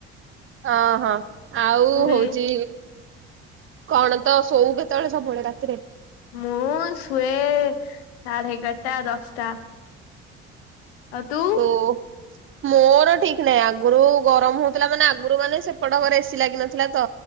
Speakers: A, on the right (about 40°); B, on the left (about 75°).
A: ଅ ହଁ ଆଉ
B: ତୁ ବି
A: ହଉଚି କଣ ତ ଶୋଉ କେତେବେଳେ ସବୁବେଳେ ରାତିରେ
B: ମୁଁ ଶୁଏେ ସାଢେ ଏଗାରଟା ଦଶଟା ଆଉ ତୁ?
A: ହ ମୋର ଠିକ ନାହିଁ ଆଗରୁ ଗରମ ହଉଥିଲା ମାନେ ଆଗରୁ ମାନେ ସେପଟ ଘରେ ଏସି ଲାଗିିନଥିଲା ତ